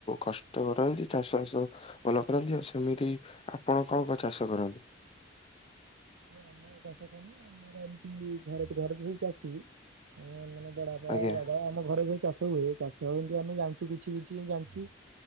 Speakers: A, on the left (about 30°); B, on the right (about 80°).
A: କଷ୍ଟ କରନ୍ତି ଚାଷ ବାସ ଭଲ କରନ୍ତି ଆଉ ସେମିତି ଆପଣ କଣ କଣ ଚାଷ କରନ୍ତି?
B: ଆମ <unintelligible> ଆମର ଏମତି ଘରେ <unintelligible> ସବୁ ଚାଷୀ ଆମେ ମାନେ ବଡ଼ବାବା
A: ଆଜ୍ଞା
B: ବାବା ଆମ ଘରେ ଯୋଉ ଚାଷ ହୁଏ ଚାଷ ଏମିତି ଆମେ ଜାଣିଛୁ କିଛି କିଛି ଜାଣିଛୁ।